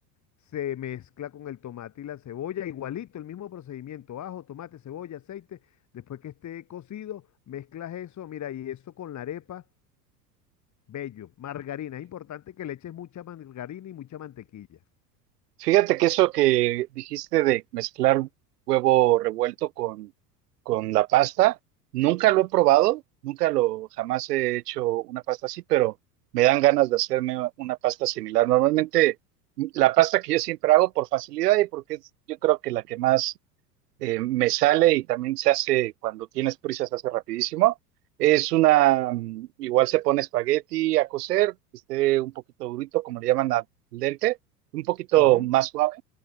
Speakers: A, on the left; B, on the right.
A: se mezcla con el tomate y la cebolla, igualito, el mismo procedimiento, ajo, tomate, cebolla, aceite, después que esté cocido, mezclas eso, mira, y eso con la arepa, bello, margarina, es importante que le eches mucha margarina y mucha mantequilla.
B: Fíjate que eso que dijiste de mezclar huevo revuelto con, con la pasta, nunca lo he probado, nunca lo, jamás he hecho una pasta así, pero me dan ganas de hacerme una pasta similar. Normalmente la pasta que yo siempre hago por facilidad y porque es, yo creo que la que más eh, me sale y también se hace, cuando tienes prisa, se hace rapidísimo. Es una, mm, igual se pone espagueti a cocer, que esté un poquito durito, como le llaman al dente, un poquito
A: Ujú,
B: más suave.